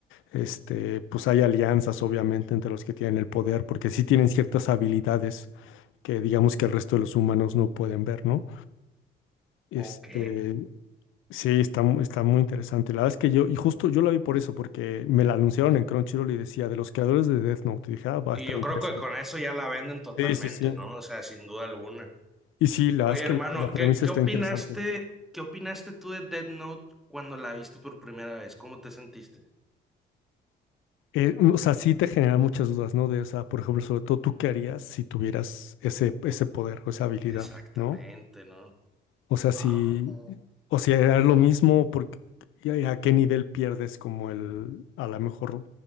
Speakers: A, on the left; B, in the centre.
A: Este, pues hay alianzas, obviamente, entre los que tienen el poder, porque sí tienen ciertas habilidades que digamos que el resto de los humanos no pueden ver, ¿no? Este,
B: ok.
A: sí, está, mu- está muy interesante. La verdad es que yo, y justo yo la vi por eso, porque me la anunciaron en Crunchyroll y decía, de los creadores de Death Note, y dije, ah, va
B: Y
A: a estar
B: yo
A: interesante.
B: creo que con eso ya la venden totalmente,
A: Sí, sí, sí.
B: ¿no? O sea, sin duda alguna.
A: Y sí, la
B: Oye,
A: verdad es
B: hermano,
A: que la premisa
B: ¿qué, qué
A: está
B: opinaste,
A: interesante.
B: qué opinaste tú de Death Note cuando la viste por primera vez? ¿Cómo te sentiste?
A: Eh, o sea, sí te genera muchas dudas, ¿no? De, o sea, por ejemplo, sobre todo, ¿tú qué harías si tuvieras ese, ese poder o esa habilidad,
B: Exactamente,
A: ¿no?
B: ¿no?
A: O sea,
B: Wow.
A: si, o sea, era lo mismo, porque, y a a qué nivel pierdes como el, a lo mejor